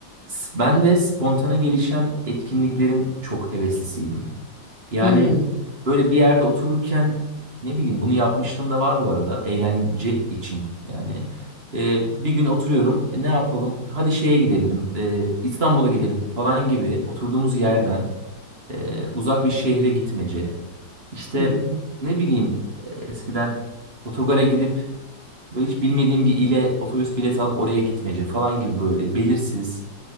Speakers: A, on the right (about 35°); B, on the left (about 75°).
A: s- ben de spontane gelişen etkinliklerin çok heveslisiydim. Yani
B: Hmm,
A: böyle bir yerde otururken ne bileyim bunu yapmışlığım da var bu arada eğlence için yani. Ee, bir gün oturuyorum "E, ne yapalım hadi şeye gidelim e, İstanbul'a gidelim falan gibi oturduğumuz yerden e, uzak bir şehre gitmece. İşte
B: Hı hı.
A: ne bileyim e, eskiden otogara gidip böyle hiç bilmediğim bir ile otobüs bileti alıp oraya gitmece falan gibi böyle belirsiz